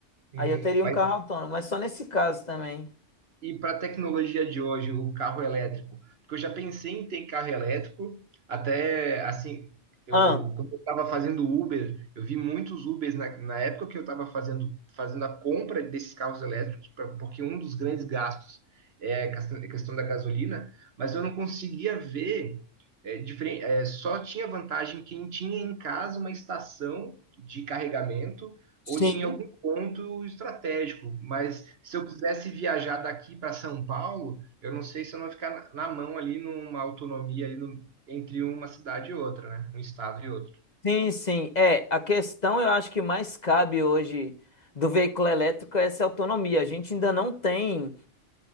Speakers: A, on the right; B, on the left.
A: Hum.
B: Aí eu teria
A: Mas
B: um carro autônomo, mas só nesse caso também.
A: e para a tecnologia de hoje, o carro elétrico? Porque eu já pensei em ter carro elétrico, até assim, eu,
B: Ah,
A: quando eu estava fazendo Uber, eu vi muitos Ubers na, na época que eu estava fazendo, fazendo a compra desses carros elétricos, pra- porque um dos grandes gastos é a questão, a questão da gasolina, mas eu não conseguia ver. é, diferen- é, só tinha vantagem quem tinha em casa uma estação de carregamento
B: sim.
A: ou tinha ponto estratégico, mas se eu quisesse viajar daqui para São Paulo, eu não sei se eu não ia ficar na na mão ali numa autonomia ali no- entre uma cidade e outra, né? Um estado e outro.
B: Sim, sim. É, a questão eu acho que mais cabe hoje do veículo elétrico é essa autonomia. A gente ainda não tem